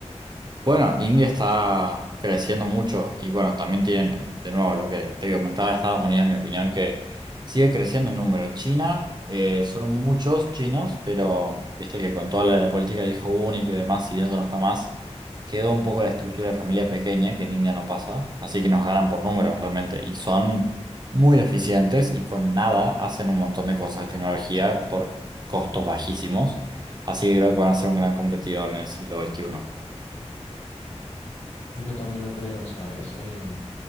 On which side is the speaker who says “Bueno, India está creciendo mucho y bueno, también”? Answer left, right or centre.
Right